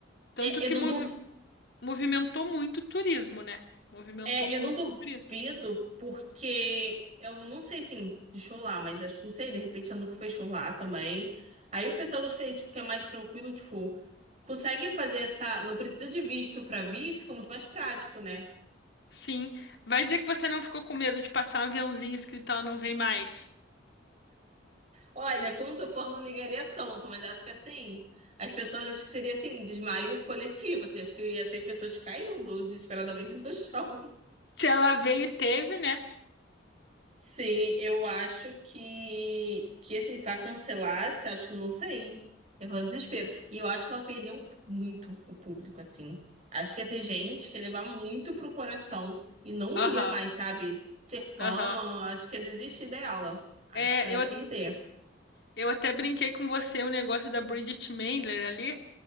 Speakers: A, on the left; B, on the right.
A: Tanto
B: É,
A: que
B: eu não
A: movi
B: duv...
A: movimentou muito o turismo, né? Movimentou
B: é,
A: muito
B: eu não duvido,
A: o turismo.
B: porque eu não sei, assim, de show lá, mas acho, não sei, de repente ela nunca fez show lá também. Aí o pessoal gostei, tipo, que é mais tranquilo, tipo, consegue fazer essa. Não precisa de visto pra vir, fica muito mais prático, né?
A: Sim. Vai dizer que você não ficou com medo de passar um aviãozinho escrito ela não vem mais.
B: Olha, como se eu for, não ligaria tanto, mas acho que assim, as pessoas, acho que teria assim, desmaio coletivo, assim, acho que ia ter pessoas caindo desesperadamente no <laughs> chão.
A: Se ela veio, teve, né?
B: Sim, eu acho que, que assim, se ela cancelasse, acho que não sei. É um desespero. E eu acho que ela perdeu muito o público, assim. Acho que ia ter gente que ia levar muito pro coração e não
A: Aham,
B: ia mais, sabe, ser fã,
A: aham.
B: acho que ia desistir dela. Acho
A: É,
B: que ela
A: eu,
B: ia perder.
A: eu até brinquei com você o negócio da Bridget Mendler ali,